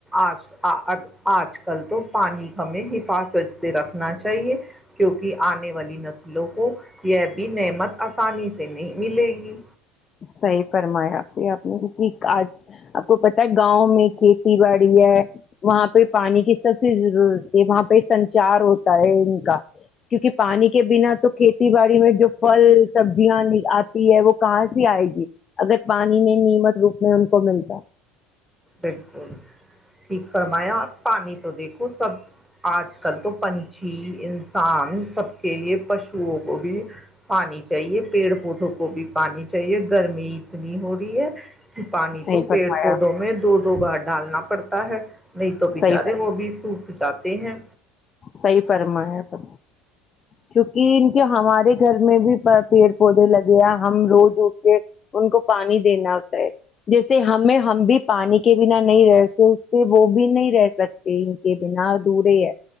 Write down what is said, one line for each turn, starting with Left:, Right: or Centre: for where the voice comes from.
Centre: آج آج کل تو پانی ہمیں ہی فاس سے رکھنا چاہیے کیونکہ آنے والی نسلوں کو یہ بھی نعمت آسانی سے نہیں ملے گی
Left: صحیح فرمایا پھر آپ نے آج آپ کو پ گاؤں میں کھیتی باڑی ہے وہاں پہ پانی کی س ضرورت ہے وہاں پہ سنچار ہوتا ہے ان کا کیونکہ پانی کے بنا تو کھیتی باڑی میں جو پھل سبزیاں آتی ہے وہ کہاں آئے گی اگر پانی نہیں نیمت روپ میں ان کو ملتا
Centre: بالکل ٹھیک فرمایا پانی تو دیک سب آج کل تو پنچھی انسان سب کے لیے پشوؤ کو بھی پانی چاہیے پیڑ پودوں کو بھی پانی چاہیے گرمی اتنی ہو رہی ہے پانی
Left: صحیح
Centre: تو
Left: فرمایا
Centre: پیڑ پودوں میں دودھ گبار ڈالنا پڑتا ہے نہیں تو بچارے
Left: صحیح
Centre: وہ بھی رک جاتے ہیں
Left: صحی فرمایا پ کیونکہ کہ ہمارے گھر میں بھی پیڑ پودے لگے ہیں ہم روز ج <inaudible> ان کو پانی دینا ہوتا ہے جیسے ہمیں ہم بھی پانی کے بنا نہیں رہ سکتے وہ بھی نہیں رہ سکتے ان کے بنا ادورے ہے